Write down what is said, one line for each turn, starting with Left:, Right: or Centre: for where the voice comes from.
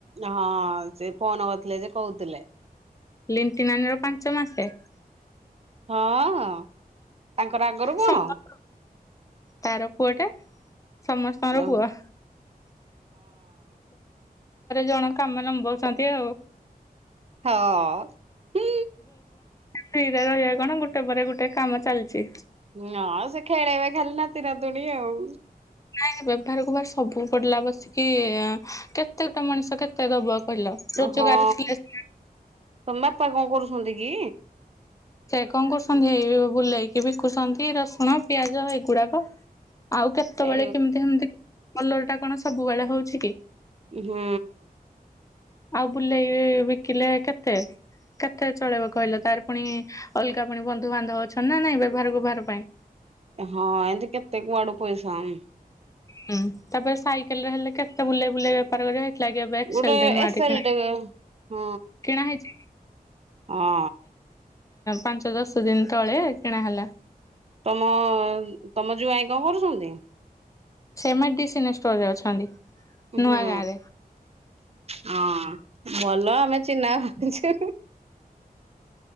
Right: ହଁ ସେ ଫୋନ କରିଥିଲେ ଯେ କହୁଥିଲେ।
Left: ଲିଟି ନାନୀର ପାଞ୍ଚ ମାସ
Right: ହଁ ତାଙ୍କର ଆଗରୁ କଣ
Left: ସମସ୍ତ ତାର ପୁଅ ଟା ସମସ୍ତଙ୍କର
Right: ହଁ
Left: ପୁଅ ଜଣ କାମ ଲମ୍ବଉଛନ୍ତି ଆଉ।
Right: ହଁ ହଁ।
Left: ଫ୍ରୀରେ ରହିବା କଣ ଗୋଟେ ପରେ ଗୋଟେ କାମ ଚାଲିଛି।
Right: ହଁ ସେ ଖେଳେଇବେ ଖେଲି ନାତି ନାଦୁଣି ଆଉ।
Left: ନାଇଁ ବ୍ୟବହାରକୁ ବାାର ସବୁ ପଡିଲା ବସିକି କେତେ ଗୋଟା ମଣିଷ କେତେ ଦବ। କହିଲ ରୋଜଗାର
Right: ହଁ
Left: ଥିଲେ
Right: ତମ ବାପା କଣ କରୁଛନ୍ତି କି
Left: ସେ କଣ କରୁଛନ୍ତି ଏଇ ବୁଲେଇକି ବିକୁଛନ୍ତି ରସୁଣ ପିଆଜ ଏଇଗୁଡାକ ଆଉ କେତେବେଳେ
Right: ଏ
Left: କେମିତି ସେମତି କଲର ଟା କଣ ସବୁବେଳେ ହଉଛି କି।
Right: ହୁଁ।
Left: ଆଉ ବୁଲେଇ ବିକିଲେ କେତେ କେତେ ଚଳେଇବ କହିଲ ତାର ପୁଣି ଅଲଗା ପୁଣି ବନ୍ଧୁବାନ୍ଧବ ଅଛନ୍ତି ନା ନାଇଁ ବ୍ୟବହାରକୁବହାର ପାଇଁ
Right: ହଁ ଏମତି କେତେ କୁଆଡୁ ପଇସା ଆ
Left: ହୁଁ ତାପରେ ସାଇକେଲ ରେ ହେଲେ କେତେ ବୁଲେଇ ବୁଲେଇ ବେପାର କରିବା। ଏ ଲଗି ବକ୍
Right: ଗୋଟେ
Left: ଚେଡ୍ରନ୍ ମା
Right: ଏସେଲ
Left: କିଣା
Right: ଟେ ହଁ
Left: କେଣା ହେଇଛି?
Right: ହଁ
Left: ପାଞ୍ଚ ଦଶ ଦିନ ତଳେ କିଣା ହେ। ଲା
Right: ତମ ତମ ଯୋଉ ଭାଇ କଣ କରୁଛନ୍ତି?
Left: ସେମଡିସିୋର ରେ ଅଛନ୍ତି। ନୂଆ
Right: ହୁଁ
Left: ଗାଁ ରେ
Right: ହଁ ଭଲ ଆମେ ଚିହ୍ନା କରଛେ।